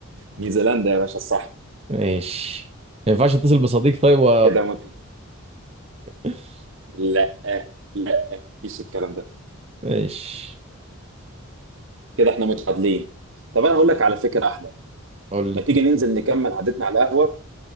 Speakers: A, on the right (about 60°); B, on the right (about 25°).
A: نيوزيلندا يا باشا صح
B: ماشي ما ينفعش اتصل بصديق طيب و...
A: كده وانت
B: <laughs>
A: لا آه، لا مفيش الكلام ده
B: ماشي
A: كده احنا متعادلين طب انا هقول لك على فكره احلى
B: قول
A: ما
B: لي
A: تيجي ننزل نكمل عادتنا على القهوه